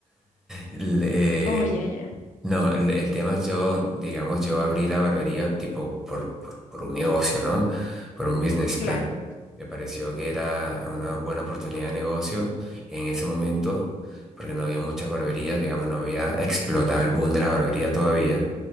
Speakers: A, in the centre; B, on the left (about 85°).
A: Le-
B: Oh,
A: eh,
B: ya, ya,
A: no, el, el tema es yo, digamos, yo abrí la barbería tipo por, por, por un negocio, ¿no? Por un business
B: claro.
A: plan. Me pareció que era una buena oportunidad de negocio en ese momento, porque no había muchas barberías, digamos, no había explotado el boom de la barbería todavía.